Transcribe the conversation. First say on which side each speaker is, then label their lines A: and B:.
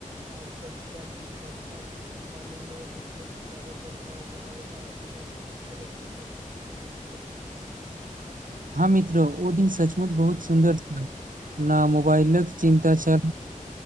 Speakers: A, on the right; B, on the right.
A: हमसब पूरा दिन वर्षाक पानि मे भीजेत कागजक नाव बनाबे ता बिना कोनो चिन्ता खुशी खुशी खेलैत रही
B: हँ मित्रो ओ दिन सचमुच बहुत सुन्दर छल ना मोबाइलक चिन्ता छल